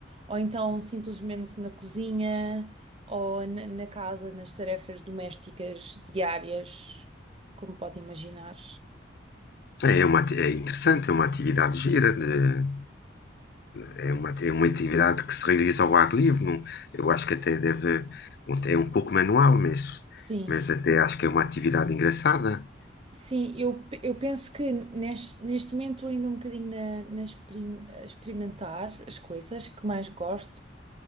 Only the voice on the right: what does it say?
ou então simplesmente na cozinha, ou na, na casa, nas tarefas domésticas diárias, como pode imaginar.
Sim,
sim, eu, pe- eu penso que neste, neste momento estou ainda um bocadinho na, na experim- a experimentar as coisas que mais gosto.